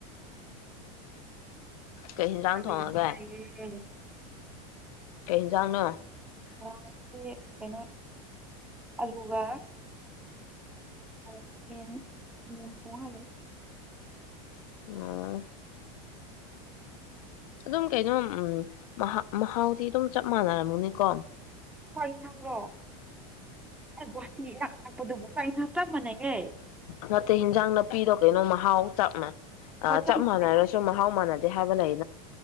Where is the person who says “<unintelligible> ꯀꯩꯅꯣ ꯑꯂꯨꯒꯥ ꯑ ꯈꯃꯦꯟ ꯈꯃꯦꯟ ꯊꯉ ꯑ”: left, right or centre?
Centre